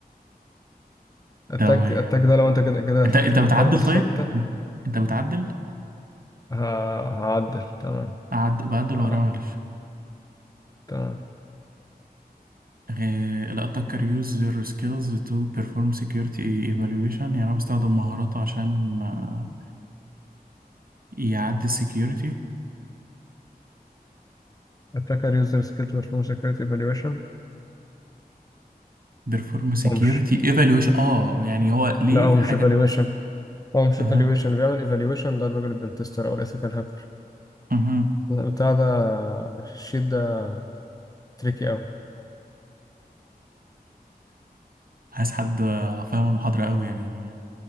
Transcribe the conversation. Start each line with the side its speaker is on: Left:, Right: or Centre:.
Left: اتاك
Right: تمام
Left: اتاك ده لو انت كده كده
Right: انت
Left: فتحت
Right: انت
Left: المحاضرة
Right: بتعدل
Left: الثابتة
Right: طيب انت بتعدل
Left: ه- هعدل تمام
Right: أعد... بعدل
Left: ه-
Right: وراه معلش
Left: تمام
Right: إيه... ال attacker use their skills to perform security evaluation يعني انا بستخدم مهاراته عشان آه، يعدي ال security
Left: attacker user skill to perform security evaluation
Right: perform security
Left: هو مش
Right: evaluation اه يعني هو ليه
Left: لا هو
Right: حاجات
Left: مش evaluation هو مش
Right: اها
Left: evaluation اللي بيعمل evaluation ده الراجل البنتستر او الethical hacker
Right: اها
Left: بتاع ده الشيت ده تريكي أوي
Right: عايز حد آه، فاهم المحاضرة قوي يعني